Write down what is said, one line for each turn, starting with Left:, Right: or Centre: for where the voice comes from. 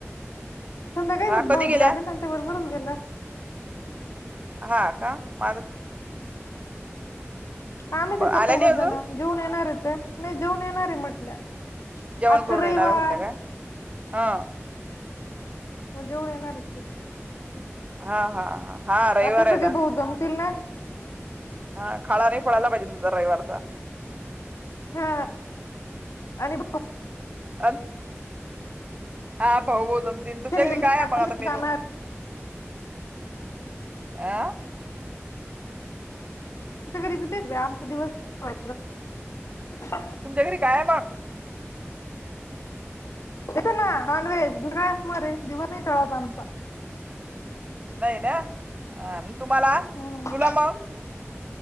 Left: संध्याकाळी
Right: हा कधी
Left: भाऊजी
Right: गेल्या
Left: आले, त्यांच्या बरोबर गेले.
Right: हा का? माझं
Left: आम्हीच
Right: आल्या
Left: इथ दोघजण
Right: नाही अजून
Left: जेऊन येणारयत नाइ जेऊन येणार म्हटल,
Right: जेवण
Left: आजचा
Right: करून येणार
Left: रविवार.
Right: म्हटलं काय हा.
Left: मग जेऊण येणारयत ते.
Right: हा, हा, हा, हा रविवारय
Left: आता सगळे
Right: ना.
Left: भाऊ जमतील ना
Right: हा खाडा नाई पडायला पाहिजे तुमचा रविवारचा.
Left: हा आणि ब
Right: अ हा भाऊ, भाऊ जमतील तुमच्या
Left: आमच्या
Right: घरी काय आहे म आता मेनू? आं
Left: री व्यायामचा दिवस
Right: तुमच्या घरी कायय मग?
Left: त ना नॉनव्हेज. दुसरा काय असणारय दिवस नाही टळत आमचा.
Right: नाही ना मी तुम्हाला
Left: हम्म
Right: तुला मग